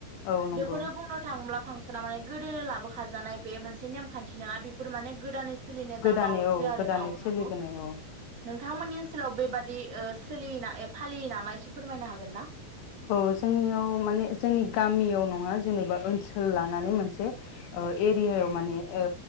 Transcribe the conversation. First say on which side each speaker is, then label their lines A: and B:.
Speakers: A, on the left; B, on the right.
A: औ नंगौ
B: बेफोरो बुंनो थाङोब्ला फांस ना माने गोदोनो लाबोखाजानाय बे मोनसे नेमखान्थि नङा बेफोर माने गोदानै सोलिनो
A: गोदानै
B: दाबावैसो
A: औ
B: आरोना
A: गोदानै
B: औ
A: सोलिबोनाय
B: नंगौ
A: औ
B: नोंथांमोननि ओनसोलाव बेबादि ओ सोलियोना ए फालियो नामा एसे फोरमायनो हागोन ना?
A: औ जोंनियाव माने जोंनि गामियाव नङा जेनेबा ओनसोल लानानै मोनसे ओ एरियायाव माने ओ